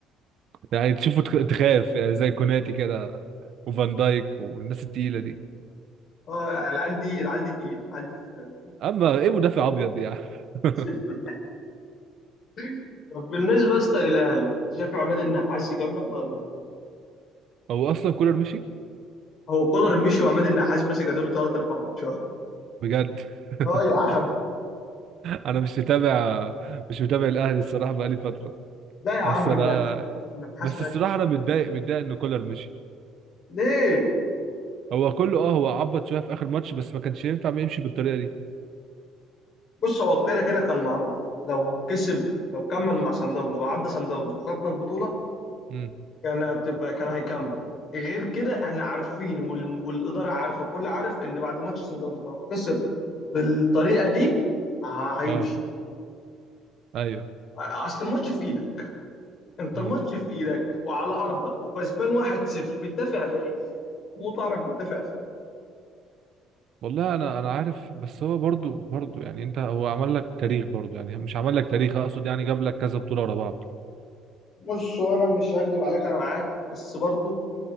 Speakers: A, on the right; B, on the left.
A: يعني تشوفه تخ- تخاف يعني زي كوناتي كده وفان دايك والناس التقيلة دي
B: اه يعني العيال دي العيال دي تقيله العيال دي في
A: اما ايه مدافع ابيض دي يعني <laughs>
B: في- <laughs> طب بالنسبه يا اسطى للاهلي شايف عماد النحاس يكمل ولا
A: هو اصلا كولر مشي
B: هو كولر مشي وعماد النحاس مسك اديله ثلاث اربع ماتشات
A: بجد
B: اه
A: <laughs>
B: يا عم
A: انا مش متابع مش متابع الاهلي الصراحه بقالي فتره
B: لا يا عم
A: بس انا
B: النحاس
A: بس
B: ماسك
A: الصراحه انا متضايق متضايق ان كولر مشي
B: ليه؟
A: هو كله اه هو عبط شويه في اخر ماتش بس ما كانش ينفع ما يمشي بالطريقه دي
B: بص هو كده كده كان معروف لو كسب لو كمل مع سان داونز وعدى سان داونز وخدنا البطوله
A: امم
B: كان هتبقى كان هيكمل غير كده احنا عارفين وال- والاداره عارفه كل عارف ان بعد ماتش سان داونز لو خسر بالطريقه دي ه- هيمشي
A: اه ايوه
B: اصل الماتش في ايدك انت
A: امم
B: الماتش في ايدك وعلى ارضك وكسبان 1-0 بتدافع ليه؟ مو تعرف بتدافع فيه
A: والله انا انا عارف بس هو برضو برضو يعني انت هو عمل لك تاريخ برضو يعني مش عمل لك تاريخ اقصد يعني جاب لك كذا بطوله ورا بعض
B: بص هو انا مش هكدب عليك انا معاك بس برضو